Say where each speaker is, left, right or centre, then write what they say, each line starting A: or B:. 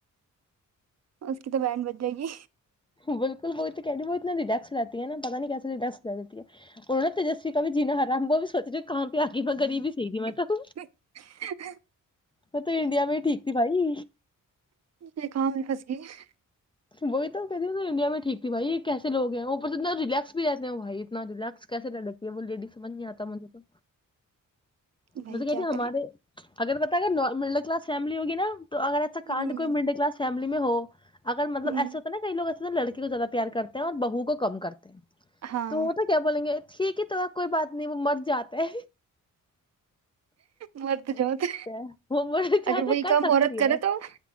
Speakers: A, on the right; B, on the left.
A: اس کی تو بڈ بچ جائے گی
B: بالکل وہ کہ وہ اتنا رییکس رہتی ہے نا پتا نہیں کیسے ریس رہ جتی ہے انوں نے تجسوی کا بھی جینارا وہ بھی سوچے کہاں پہ آی ریبیحی تھی میں
A: ہ
B: تو
A: <unintelligible>
B: میں تو انڈیا میں ٹھیک تھی بھائی
A: یہ کام <inaudible>
B: وہی تو کہتی انڈیا میں ٹھیک تھی بھائی یہ کیس لوگ ہیں اوپر سے اتنا ریلیکس بھی رہتے ہیں بھائی اتنا ریکس کیسے رہ رہتی ہے وہ لیڈیز سج نہیں آتا مجھے تو
A: بھائی
B: وہ توے کہتے
A: کیا کریں
B: ہمارے <unintelligible> اگر پتا ہےا مڈل کلاس فیملی ہوگیا تو اگر ایسا کانڈ
A: ہوں
B: کو مڈل کلاس ہو <unintelligible> اگر مطلب
A: ہوں
B: ایسے ہوتا نائی لوگ لڑکی کو زیادہ پیار کرتے ہیں اور بہو کو کم کرتے ہیں
A: ہاں
B: تو وہ تو کیا بولیں گے ٹھیک ہے تو کوئی بات نہیں وہ مر جاتے
A: مرد جا تو
B: ہے وہ مر جاتا
A: اگر وہی
B: ہے کر
A: کام
B: سکتی
A: عورت کرے
B: ہے
A: تو